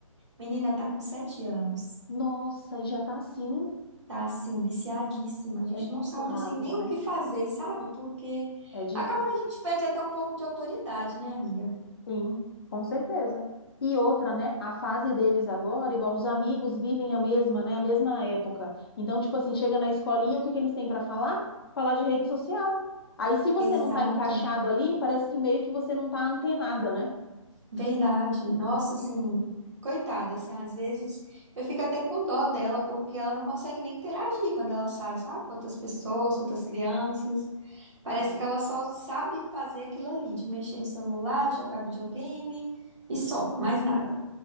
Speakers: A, on the right; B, on the left.
A: Menina tá com sete anos.
B: Nossa, e já tá assim.
A: Tá assim, viciadíssima. A gente
B: É muito
A: não sabe
B: rápido,
A: assim nem
B: né?
A: o que fazer, sabe? Porque
B: É difícil.
A: acaba que a gente perde até um pouco de autoridade, né, amiga?
B: Sim, com certeza. E outra, né? A fase deles agora, igual os amigos vivem a mesma, né? A mesma época. Então, tipo assim, chega na escolinha, o que que eles têm para falar? Falar de rede social. Aí, se você
A: Exato,
B: não tá encaixado ali, parece que meio que você não tá antenada, né?
A: verdade. Nossa, assim, coitada, assim, às vezes eu fico até com dó dela, porque ela não consegue nem interagir quando ela sai, sabe? Com outras pessoas, com outras crianças. Parece
B: Hum.
A: que ela só sabe fazer aquilo ali, de mexer no celular, jogar videogame e só, mais nada.